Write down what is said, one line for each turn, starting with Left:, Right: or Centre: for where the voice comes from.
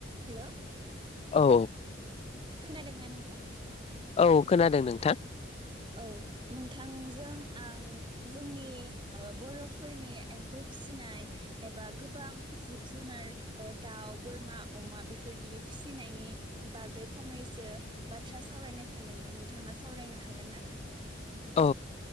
Right: Hello
Left: औ
Right: खोनादोंना नोंथां
Left: औ खोनादों नोंथां
Right: औ नोंथांजों आं जोंनि बर'फोरनि एम्फौ फिसिनाय एबा गोबां जिब जुनार दाउ बोरमा अमा बेफोरदि फिसिनायनि बागै फंनैसो बाथ्रा सावरायनो सानदोंमोन नोंथाङा सावरायनो हाग हागोन ना
Left: औ